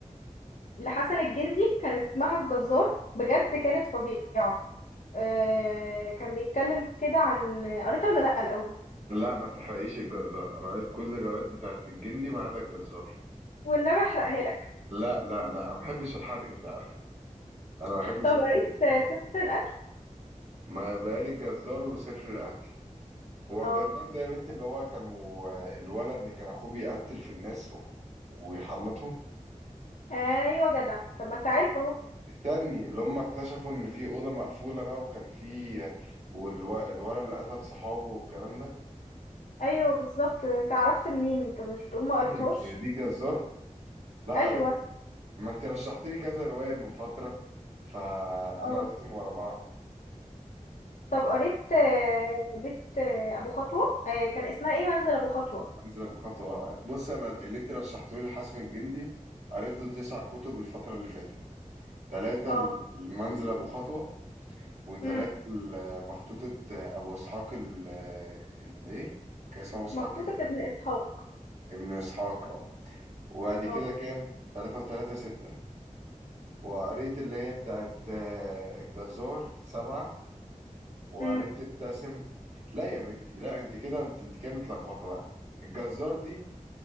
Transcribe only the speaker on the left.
لحسن الجندي كان اسمها الجزار بجد كانت فظيعة آه... كان بيتكلم كده عن قريتها ولا لأ الأول
والنبي احرقها لك
طب قريت
ست الأكل
اه
ايوه جدع طب ما انت عارف اهو
ايوه بالظبط انت عرفت منين انت مش بتقول ما
قريتهاش
ايوه
اه
طب قريت آه، بيت آه، ابو خطوة آه، كان اسمها ايه منزل ابو خطوة
اه
امم
مخطوطة
ابن اسحاق
اه
مم.